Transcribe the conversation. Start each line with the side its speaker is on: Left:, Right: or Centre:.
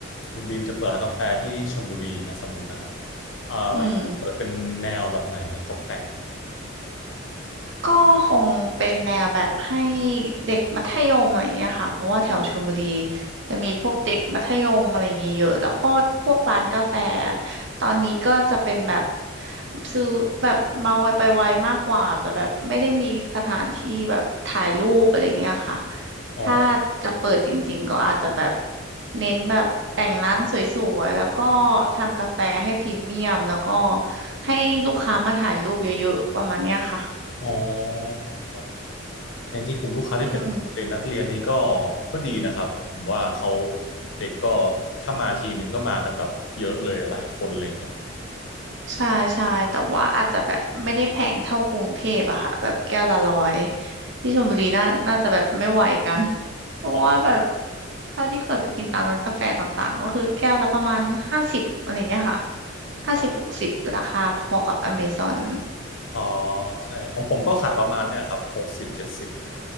Left: คุณบีมจะเปิดร้านกาแฟที่ชลบุรีอย่างเงี้ยสมมตินะครับเอ่ออยากจะเปิดเป็นแนวแบบไหนครับตกแต่ง
Right: อืม ก็คงเป็นแนวแบบให้เด็กมัธยมอะไรอย่างเงี้ยค่ะเพราะว่าแถวชลบุรีจะมีพวกเด็กมัธยมอะไรอย่างเงี้ยเยอะแล้วก็พวกร้านกาแฟตอนนี้ก็จะเป็นแบบซื้อแบบมาไวไปไวมากกว่าจะแบบไม่ได้มีสถานที่แบบถ่ายรูปอะไรอย่างเงี้ยค่ะ
Left: อ๋อ
Right: ถ้าจะเปิดจริงๆก็อาจจะแบบเน้นแบบแต่งร้านสวยๆแล้วก็ทำกาแฟให้พรีเมียมแล้วก็ให้ลูกค้ามาถ่ายรูปเยอะๆประมาณเนี้ยค่ะ
Left: อ๋อครับแต่จริงๆกลุ่มลูกค้าที่เป็นเด็กนักเรียนนี้ก็
Right: อืม
Left: ก็ดีนะครับผมว่าเขาเด็กก็ถ้ามาทีหนึ่งก็มากันแบบเยอะเลยหลายคนอะไรเงี้ย
Right: ใช่ใช่แต่ว่าอาจจะแบบไม่ได้แพงเท่ากรุงเทพอะค่ะแบบแก้วละร้อยที่ชลบุรีน่าน่าจะแบบไม่ไหวกัน <laughs> เพราะว่าแบบ
Left: อ๋อ
Right: เท่าที่เคยไปกินตามร้านกาแฟต่างๆก็คือแก้วละประมาณห้าสิบอะไรเงี้ยค่ะห้าสิบหกสิบราคาพอกับอเมซอน
Left: ครับอ๋อใช่ของผมก็ขายประมาณเนี่ยครับหกสิบเจ็ดสิบ